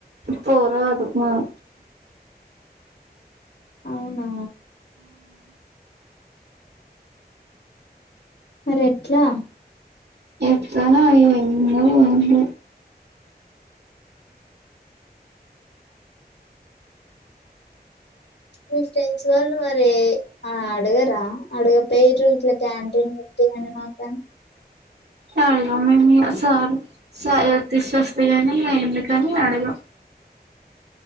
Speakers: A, on the right; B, on the left.
A: పో రాదు మేం
B: అవునా మరి ఎట్లా
A: ఇట్లనే ఏమో ఏందో
B: మీ ఫ్రెండ్స్ వాళ్ళు మరి అడగరా అడగపోయిరు ఇట్లా క్యాంటీన్ పెట్టి యని మాకని
A: అడగం మేము ఇగ సార్ స హెల్త్ ఇష్యూస్ వస్తయ్ అని ఎందుకని అడగం